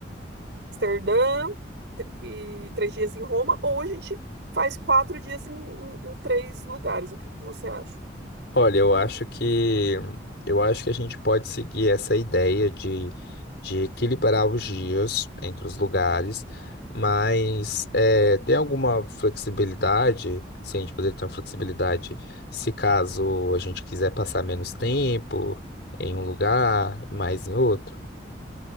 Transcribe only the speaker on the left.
Olha, eu acho que eu acho que a gente pode seguir essa ideia de, de equilibrar os dias entre os lugares, mas eh, tem alguma flexibilidade, se a gente poderia ter uma flexibilidade, se caso a gente quiser passar menos tempo em um lugar, mais em outro?